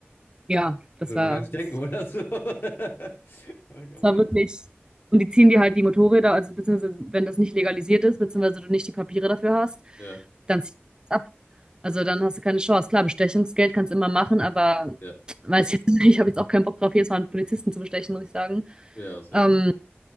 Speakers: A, on the right (about 20°); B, on the left (about 60°).
A: ja, das
B: Würde
A: war
B: man gar nicht
A: das
B: denken, oder so? <laughs> Ah, Gemein.
A: war wirklich und die ziehen dir halt die Motorräder, also beziehungsweise wenn das nicht legalisiert ist, beziehungsweise du nicht die Papiere dafür hast,
B: Ja.
A: dann ziehst du das ab. Also dann hast du keine Chance. Klar, Bestechungsgeld kannst du immer machen, aber
B: Ja.
A: weiß jetzt <laughs> nicht, ich habe jetzt auch keinen Bock drauf, jedes Mal einen Polizisten zu bestechen, muss ich sagen.
B: Ja, das ist heftig.
A: Ähm,